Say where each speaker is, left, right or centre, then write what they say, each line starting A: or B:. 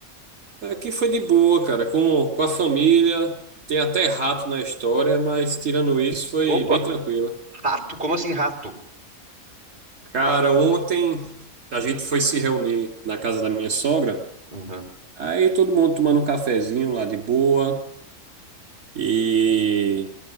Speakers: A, on the right; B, on the right.
A: aqui foi de boa, cara. Com, com a família. Tem até rato na história, mas tirando isso, foi
B: Opa,
A: bem tranquilo.
B: rato? Como assim rato?
A: Cara, ontem a gente foi se reunir na casa da minha sogra.
B: Uhum.
A: Aí todo mundo tomando um cafezinho lá de boa. E